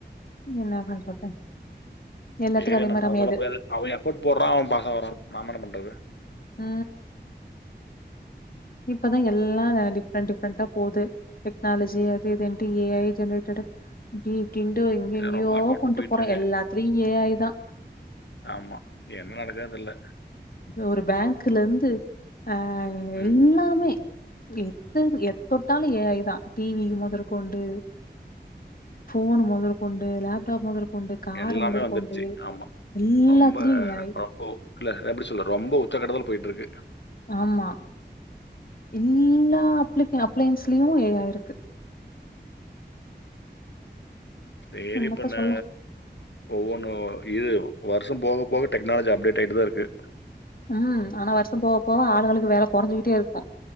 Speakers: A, on the left (about 55°); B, on the left (about 80°).
A: இன்னா பண்றது எல்லாத்துக்கு
B: சேரியா
A: அதே
B: நம்ம
A: மாரி அமையாது
B: சொல்ல முடியாது அவ எஃபோர்ட் போட்றா அவ பாஸ் ஆகுறா நாம என்ன பண்றது
A: அ இப்பதா எல்லா டிஃப்ரெண்டட் டிஃப்ரெண்டா போது டெக்னாலஜி அது இதுன்ட்டு ஏஐ ஜெனரேட்டடு டி ட்டிண்டு எங்க
B: எல்லாம்
A: எங்கேயோ
B: ரொம்ப அட்வான்ஸாக
A: கொண்ட்டு
B: போயிட்டுருக்கு
A: போறோ எல்லாத்துலயு ஏ ஐ தா
B: ஆமா என்ன நடக்கதுன் தெர்ல
A: ஒரு பேங்க்லேருந்து ஆ
B: ம்
A: எல்லாமே எத்து எது தொட்டாலு ஏ ஐ தா டிவி மொதற்கொண்டு ஃபோனு மொதற்கொண்டு லேப்டாப் மொதற்கொண்டு காரு
B: எல்லாமே
A: மொதற்கொண்டு
B: வந்துடுச்சு ஆமா
A: எல்லாத்துலயு
B: ரொம்ப
A: ஏ ஐ
B: ரொம்போ இல்ல எப்டி சொல்லற ரொம்ப உச்சக்கட்டத்துல போயிட்ருக்கு
A: ஆமா எல்லா அப்ளி அப்ளைன்ஸ்லயு ஏ ஐ இருக்கு
B: சேரி
A: என்னத்த
B: இப்ப நா
A: சொல்ல
B: ஒவ்வொன்னு இது வருஷம் போக போக டெக்னாலஜி அப்டேட் ஆயிட்டுதா இருக்கு
A: ம் ஆனா வருஷ போவ போவ ஆளுங்களுக்கு வேல கொறைஞ்சுக்கிட்டே இருக்கு